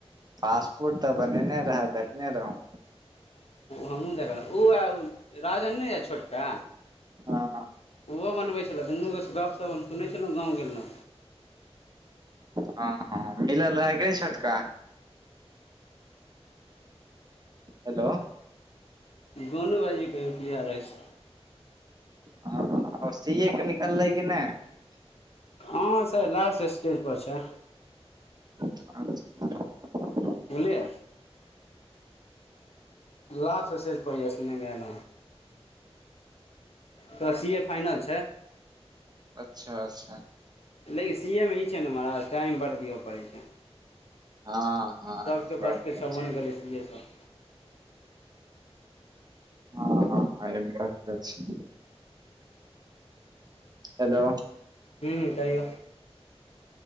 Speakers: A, on the right; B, on the left.
A: फास्ट फूड तऽ बने ने रहत। देखने रहु।
B: हमहु देखलहु। ओ उराजन नहि यऽ, छोटका।
A: हँ
B: ओहो बनबै छल, दुनू गप। तब सुनै छल गाम-गलू।
A: हँ मिलल रहैके नहि, छोटका। हेलो
B: गोनू भाइजी की हाल अछि
A: ह आर सीए के निकललै कि नहि
B: हँ सर लास्ट स्टेजपर छै
A: <unintelligible>
B: बुझलियै लास्ट स्टेज पे या सुने मे अयल तऽ सी ए फाइनल छै
A: अच्छा अच्छा
B: लेकिन सी ए मे ई छै ने महराज टाइम बर दिअ पड़ै छै
A: हँ हँ
B: सबके
A: ई बात
B: बसके
A: तऽ
B: छबो
A: छै
B: नहि करेसिे सब
A: हँ ह हँ एब बात छै हेलो
B: हूँ हूँ कहियौ